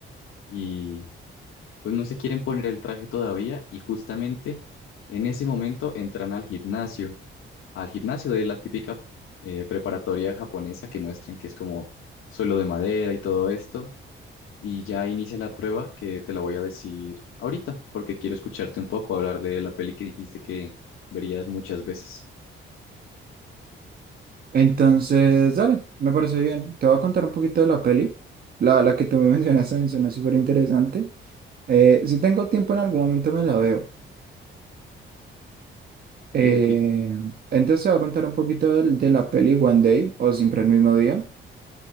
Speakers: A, on the left (about 85°); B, on the right (about 45°).
A: y pues no se quieren poner el traje todavía y justamente en ese momento entran al gimnasio, al gimnasio de la típica eh, preparatoria japonesa que muestran que es como suelo de madera y todo esto y ya inicia la prueba que te la voy a decir ahorita, porque quiero escucharte un poco hablar de la peli que dijiste que verías muchas veces.
B: Entonces, dale, me parece bien. Te voy a contar un poquito de la peli. La, la que tú me <laughs> mencionaste me suena súper interesante. Eh, si tengo tiempo en algún momento me la veo. Eh,
A: Ey, ok,
B: entonces te voy a contar un poquito del- de, la peli One Day o Siempre el mismo día.